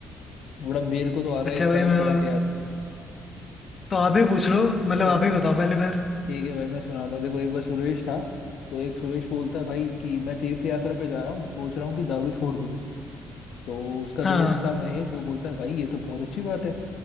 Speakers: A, on the left; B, on the left.
A: बड़ा मेरे को तो आ रहा
B: अच्छा
A: है एक
B: भाई
A: कड़क
B: मैं
A: कड़क याद
B: तो आप ही पूछ लो मतलब
A: चल
B: आप ही बताओ पहले फिर
A: ठीक है भाई मैं सुनाता हूँ देखो एक बार सुरेश था तो एक सुरेश बोलता है भाई कि मैं तीर्थ यात्रा पे जा रहा हूँ सोच रहा हूँ कि दारू छोड़ दूँ तो उसका
B: हाँ
A: दोस्त था महेश वो बोलता है भाई ये तो बहुत अच्छी बात है